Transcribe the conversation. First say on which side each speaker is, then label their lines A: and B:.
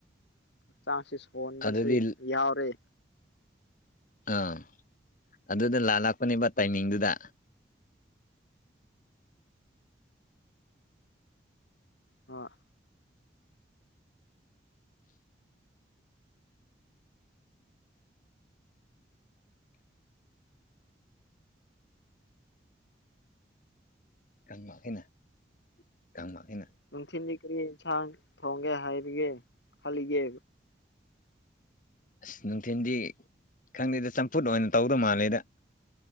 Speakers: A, on the left; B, on the left.
A: ꯍꯛꯆꯥꯡꯁ ꯁꯣꯟꯍꯕꯁꯨ
B: ꯑꯗꯨꯗꯤ
A: ꯌꯥꯎꯔꯦ
B: ꯑꯥ ꯑꯗꯨꯗ ꯂꯥꯂꯥꯛꯄꯅꯦꯕ ꯇꯥꯏꯃꯤꯡꯗꯨꯗ
A: ꯑ <unintelligible> <inaudible>
B: ꯉꯥꯡꯃꯈꯩꯩꯅ <unintelligible> ꯀꯥꯡꯃꯈꯅ <unintelligible>
A: ꯅꯨꯡꯊꯤꯟꯜꯗꯤ ꯀꯔꯤ ꯌꯦꯟꯁꯥꯡ ꯊꯣꯡꯒꯦ ꯍꯥꯏꯔꯤꯒꯦ ꯈꯜꯂꯤꯒꯦ
B: ꯑꯁ ꯅꯨꯡꯊꯤꯜꯗꯤ ꯈꯪꯗꯦꯗ ꯆꯝꯐꯨꯠ ꯑꯣꯏꯅ ꯇꯧꯗꯣꯕ ꯃꯥꯜꯂꯦꯗ